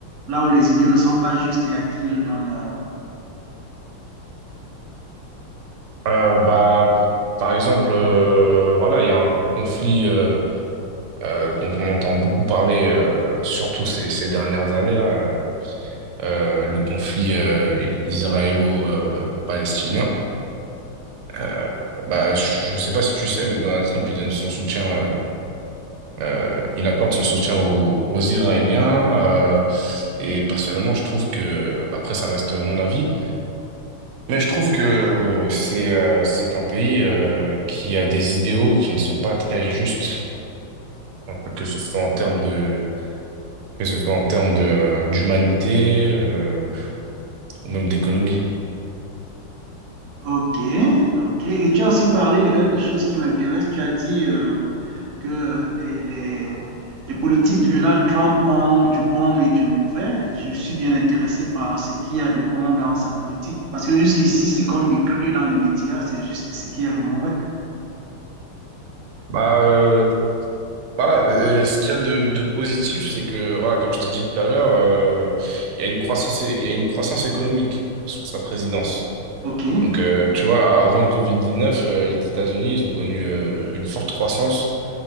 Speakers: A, on the right; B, on the right.
A: là où les idiots ne sont pas justes et à qui ils donnent euh,
B: Euh, bah par exemple euh, voilà, il y a un conflit euh, euh, dont on entend beaucoup parler, euh, surtout ces, ces dernières années, là, euh, euh, le conflit euh, israélo-palestinien. Euh, bah, je ne sais pas si tu sais, mais Donald Trump, il donne son soutien, euh, euh, il accorde son soutien aux, aux Israéliens. euh, et personnellement, je trouve que, après, ça reste mon avis, mais je trouve que euh, c'est euh, c'est un pays euh, qui a des idéaux qui ne sont pas très justes, un peu que ce soit en termes de que ce soit en termes de, euh, d'humanité, euh, ou même d'économie.
A: Ok, ok. Et tu as aussi parlé de quelque chose qui m'intéresse. Tu as dit euh, que euh, les, les, les politiques de Donald Trump ont du bon et du mauvais. Je suis bien intéressé par ce qu'il y a de bon dans sa politique. Parce que jusqu'ici, ce qu'on décrit dans les médias, c'est juste ce qu'il y a de mauvais.
B: Bah euh, voilà, euh, ce qu'il y a de, de positif, c'est que voilà, comme je t'ai dit tout à l'heure, euh, il y a une croissance, il y a une croissance économique sous sa présidence.
A: Ok, euh,
B: Donc euh, tu vois, a- avant le Covid-19, euh, les États-Unis, ils ont connu euh, une forte croissance,